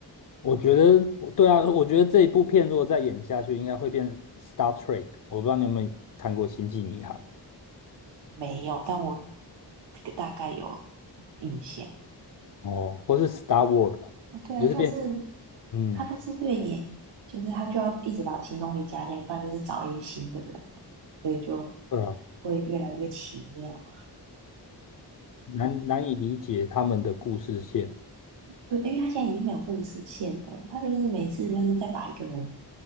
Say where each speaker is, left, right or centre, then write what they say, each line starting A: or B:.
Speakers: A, on the left; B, on the right.
A: 我觉得，对啊，我觉得这一部片如果再演下去，应该会变 Star Trek。我不知道你有没有看过《星际迷航》
B: 没有，但我大概有印象。
A: 哦，或是 Star Wars，啊就是变，
B: 啊，对，就是
A: 嗯，
B: 他就是越野，就是他就要一直把新东西加进来，不然就是找一些新的人，所以就
A: 对啊，
B: 会越来越奇妙。
A: 难难以理解他们的故事线，
B: 对，因为他现在已经没有故事线了，他就是每次就是再把一个人